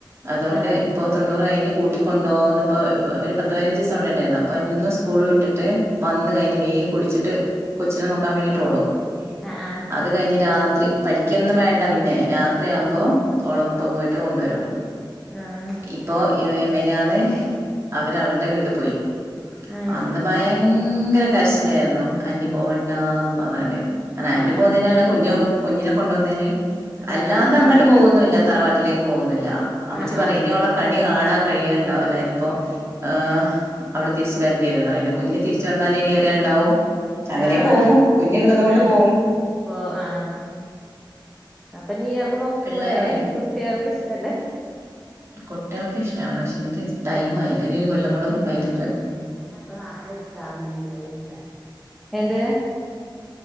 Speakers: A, on the right (about 35°); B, in the centre.
A: അതോണ്ട്
B: ആഹ്
A: ഇപ്പോ തൊണ്ണൂറ് കഴിഞ് കൂ ട്ടിക്കൊണ്ടോന്ന്പ്പോ ഒര് പത്ത് പതിനഞ്ചിസം വടെണ്ടായീന്നു. അപ്പൊ എന്നും സ്കൂള് വിട്ടിട്ട് വന്ന് കഴിഞ്ഞ് വേം കുളിച്ച്ട്ട് കൊച്ചിനെ നോക്കാൻ വേണ്ടീട്ടോടും.
B: ആഹ്
A: അത് കഴിഞ്ഞ് രാത്രി പഠിക്കെന്നും വേണ്ട പിന്നെ രാത്രി ആവുമ്പോ
B: ആഹ്
A: ഓള പ്പ പോയിട്ട് കൊണ്ട് വെരും
B: ആഹ്
A: ഇപ്പൊ മിനിയാ അവര് അവര്ടെ വീട്ട് പോയി
B: ആഹ്
A: അന്ന് ഭയെ ങ്കര കരച്ചിലായിര്ന്നു. ആന്റി പോവണ്ടാന്നും പറഞ്ങ്ങാണ്ട് കാരണം ആന്റി
B: ആഹ്
A: പോക്ന്നേനല്ല
B: ആഹ്
A: കുഞ് കുഞ്ഞിനെ കൊണ്ട്പോകുന്നേന് വന്നേനെ അല്ലാതങ്ങട്ട്
B: അതെ ആഹ്
A: പോകൊന്നുല്ല. തറവാട്ടിലേക്ക് പോകൊന്നുല്ല അമ്മച്ചി
B: ആഹ്
A: പറയും ഇനി ഓളെ കണി കാണ കാണാൻ കഴിയല്ണ്ടാവൂല ഇനിപ്പം ആഹ് അവള് തിരിച്ച് വരേണ്ടിവെരും. കുഞ്ഞു തിരിച്ച് വന്നാലേ ഇനി വരാല് ണ്ടാവു. അങ്ങനേ
B: ആഹ്
A: പോവും. കുഞ്ഞുള്ളതോണ്ട്
B: ആഹ്
A: പോവും.
B: പോ ആഹ് അപ്പൊ നീയാൾക്ക് നോക്കിക്കൂടെ
A: പിള്ളേരെ
B: കുട്ട്യാൾക്ക് ഇഷ്ട്ടല്ലേ
A: കുട്ട്യാൾക്ക് ഇഷ്ട്ടാണ്. പക്ഷെ ഇൻക്ക് ടൈമായില്ല. ഇൻക്ക് ഒരു കൊല്ലം കൂടെ ഒക്കെ കഴിഞ്ഞട്ട് മതി.
B: ഞാന അപ്പ നാർത്തെ വിള്ചാർഞ്ഞതേന്നു. എന്ത്